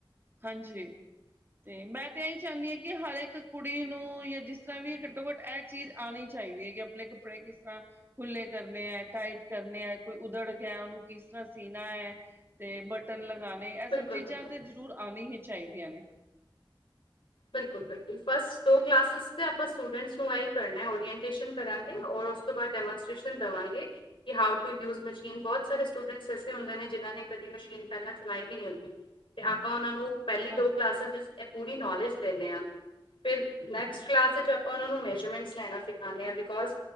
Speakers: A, on the right; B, on the left.
A: ਹਂਜੀ ਤੇ ਮੈਂ ਤੇ ਐਇ ਚਾਨੀ ਆਂ ਕਿ ਹਰ ਏਕ ਕੁੜੀ ਨੂੰ, ਯਾ ਜਿਸ ਤਰਾਂ ਵੀ ਘੱਟੋ-ਘੱਟ ਐ ਚੀਜ਼ ਆਣੀ ਚਾਈਦੀ ਹੈ। ਕਿ ਅਪਣੇ ਕੱਪੜੇ ਕਿਸ ਤਰਾਂ ਖੁੱਲੇ ਕਰਨੇ ਐਂ, ਟਾਈਟ ਕਰਨੇ ਐਂ, ਕੋਈ ਉਧੜ ਗਿਆ ਉਨੂੰ ਕਿਸ ਤਰਾਂ ਸੀਣਾ ਹੈ। ਤੇ ਬਟਨ ਲਗਾਣੇ ਇਹ
B: ਬਿਲਕੁਲ
A: ਸਬ ਚੀਜਾਂ
B: ਬਿਲਕੁਲ
A: ਤੇ ਜਰੂਰ ਆਣੀ ਹੀ ਚਾਹੀਦੀਆਂ ਨੇ।
B: ਬਿਲਕੁਲ-ਬਿਲਕੁਲ ਫਸਟ ਦੋ ਕਲਾਸਿਸ ਤੇ ਆਪਾਂ ਸਟੂਡੈਂਟਸ ਨੂੰ ਐਈ ਕਰਨੈ ਓਰੀਐਨਟੇਸ਼ਨ ਕਰਾਂਗੇ। ਔਰ ਉਸ ਤੋਂ ਡੈਮੋਸਟ੍ਰੇਸ਼ਨ ਦਵਾਂਗੇ, ਕਿ ਹਾਉ ਟੂ ਯੂਜ਼ ਮਸ਼ੀਨ ਬੋਤ ਸਾਰੇ ਸਟੂਡੈਂਟਸ ਐਸੇ ਹੁੰਦੇ ਨੇ ਜਿਨਾਂ ਨੇ ਕਦੀ ਮਸ਼ੀਨ ਪੈਲਾਂ ਚਲਾਈ ਵੀ ਨੀ ਹੁੰਦੀ, ਤੇ ਆਪਾਂ ਉਨਾਂ ਨੂੰ ਪੈਲੀ
A: ਹਾਂ
B: ਦੋ ਕਲਾਸਿਸ ਵਿਚ ਐ ਪੂਰੀ ਨੌਲੇਜ ਦੇਨੇ ਆਂ ਫਿਰ ਨੈਕਸਟ ਕਲਾਸ ਚ ਆਪਾਂ ਉਨਾਂ ਨੂੰ ਮੈਜਰਮੈਂਟਸ ਲੈਣਾ ਸਿਖਾਨੇ ਆਂ, ਬਿਕੋਜ਼